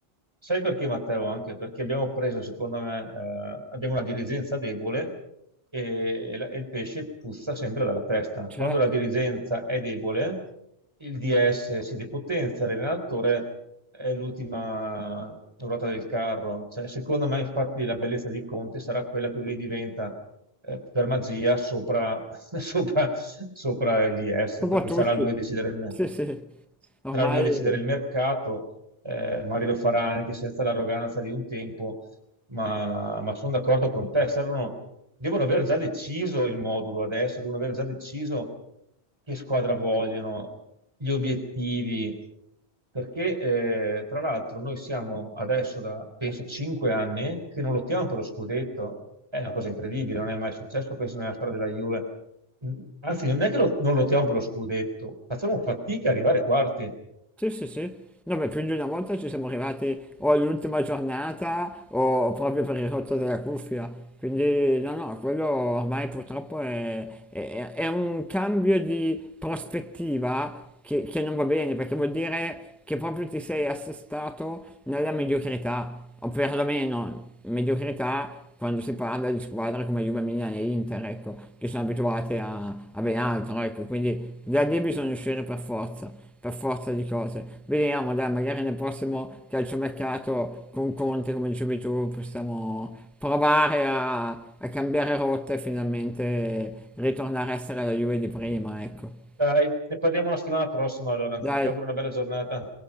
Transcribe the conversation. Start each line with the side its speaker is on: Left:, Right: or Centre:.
Right: sai perché Matteo? Anche perché abbiamo preso, secondo me, eh, abbiamo una dirigenza debole e, la- e il pesce puzza sempre dalla testa.
Centre: Certo,
Right: Quando la dirigenza è debole, il DS si depotenzia, l'allenatore è l'ultima ruota del carro. Cioè, secondo me, infatti, la bellezza di Conte sarà quella che lui diventa, eh, per magia sopra, <laughs> sopra, sopra il DS,
Centre: un
Right: perché
Centre: po' tutti,
Right: sarà lui a decidere il me
Centre: sì sì, ormai
Right: sarà lui a decidere il mercato, eh, magari lo farà anche senza l'arroganza di un tempo, ma, ma sono d'accordo con te, servono, devono aver già deciso il modulo adesso, devono aver già deciso che squadra vogliono, gli obiettivi, perché eh, tra l'altro noi siamo adesso da, penso, cinque anni che non lottiamo per lo scudetto, è una cosa incredibile, non è mai successo, penso, nella storia della Juve. Anzi, non è che lo- non lottiamo per lo scudetto, facciamo fatica a arrivare quarti.
Centre: sì sì sì, no beh più di una volta ci siamo arrivati o all'ultima giornata o proprio per il rotto della cuffia, quindi no no, quello ormai purtroppo è, è- è un cambio di prospettiva che, che non va bene perché vuol dire che proprio ti sei assestato nella mediocrità, o perlomeno mediocrità quando si parla di squadre come Juve, Milan e Inter, ecco, che sono abituate a, a ben altro, ecco, quindi da lì bisogna uscire per forza, per forza di cose. Vediamo, dai, magari nel prossimo calciomercato con Conte, come dicevi tu, possiamo provare a, a cambiare rotta e finalmente ritornare a essere la Juve di prima, ecco.
Right: Dai, ne parliamo la settimana prossima allora. Ti
Centre: Dai,
Right: auguro una bella giornata.